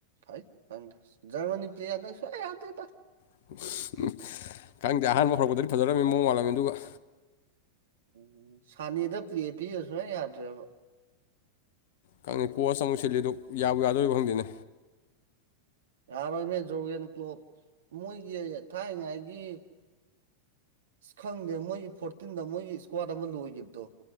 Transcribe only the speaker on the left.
<unintelligible> ꯈꯪꯗꯦ ꯑꯍꯥꯟꯕ ꯍꯧꯔꯛꯄꯗꯗꯤ ꯐꯖꯔꯝꯃꯤ ꯃꯑꯣꯡ ꯃꯥꯜꯂꯝꯃꯤ ꯗꯨꯒ
ꯈꯪ <unintelligible> ꯀꯣꯁ ꯑꯃꯨꯛ ꯁꯤꯜꯂꯤꯗꯨ ꯌꯥꯕꯨ ꯌꯥꯗ‌ꯣꯔꯤꯕ ꯈꯪꯗꯦꯅꯦ